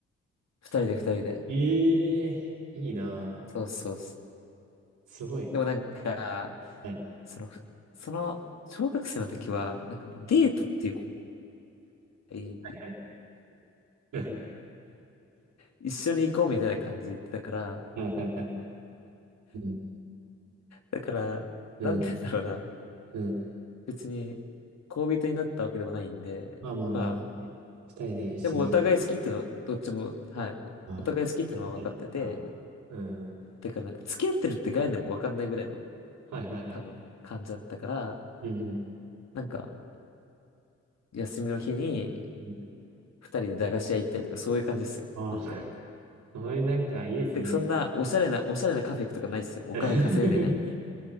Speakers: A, on the left (about 60°); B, on the right (about 80°).
A: 二人で二人で。
B: ええーいいな
A: そうそうっす。
B: ぁ。すごい。
A: でもなんか、
B: はい。
A: その、ふその、小学生の時は、なんかもうデートっていう子がいい、
B: はいはい。<laughs>
A: 一緒に行こうみたいな感じで言ってたから、
B: はいはいはい。うん、
A: だから、
B: うん、
A: なんて言うんだろうな。
B: うん。
A: 別に、恋人になったわけでもないんで、
B: まあまあまあまあ。
A: まあ、
B: え二人で一緒に。
A: でもお互い好きっていうのは、どっちも、はい、おお互い好きっていうのは分かってて、
B: ああ、みたいですか。うん。
A: だからなんか付き合ってるって概念も分かんないぐらいの
B: はいはいはい。
A: 多分感じだったから、
B: うん。
A: なんか休みの日に
B: うん
A: 二人で駄菓子屋行ったりとかそういう感じですよ。本当に。
B: ああ、それなんかいいですね。
A: で、そんなおしゃれな、おしゃれなカフェ行くとかないですよ。お金稼いでないんで。
B: <laughs>